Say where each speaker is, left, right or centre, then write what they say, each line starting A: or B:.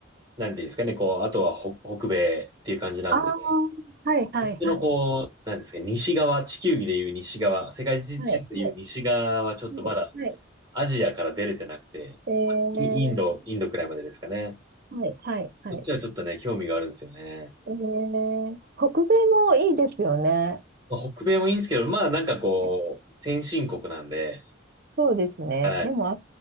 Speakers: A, on the right; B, on the right.
A: なんていうんですかね、こう、あとは北北米っていう感じなんで、
B: ああ、はい、はい、
A: こっちのこう、
B: はい。
A: なんですかね、西側、地球儀でいう西側、世界地図でいう西側はちょっとまだ
B: はい、はい、はい。はい
A: アジアから出れてなくて、
B: えー、
A: イインド、インドくらいまでですかね。
B: はい、はい、はい。
A: こっちはちょっとね、興味があるんですよね。
B: えー、北米もいいですよね。
A: まあ北米もいいんですけど、まあなんかこう、
B: はい
A: 先進国なんで、
B: そうですね。
A: はい、
B: でも、あ